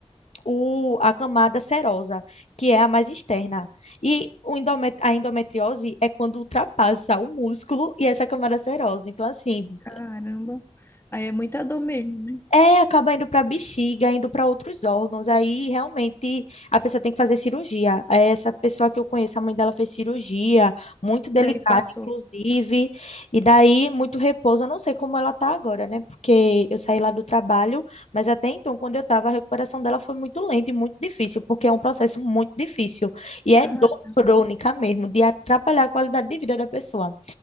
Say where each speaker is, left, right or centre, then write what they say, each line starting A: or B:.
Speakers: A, on the left (about 65°); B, on the left (about 20°).
A: o, a camada serosa, que é a mais externa. E o endomet a endometriose é quando ultrapassa o músculo e essa camada serosa. Então, assim,
B: Caramba. Aí é muita dor mesmo, né?
A: é, acaba indo para bexiga, indo para outros órgãos. Aí realmente a pessoa tem que fazer cirurgia. É, Essa pessoa que eu conheço, a mãe dela fez cirurgia, muito delicada,
B: E aí passou.
A: inclusive. E daí muito repouso. Eu não sei como ela tá agora, né? Porque eu saí lá do trabalho, mas até então, quando eu tava, a recuperação dela foi muito lenta e muito difícil, porque é um processo muito difícil. E é
B: Caramba.
A: dor crônica mesmo, de atrapalhar a qualidade de vida da pessoa.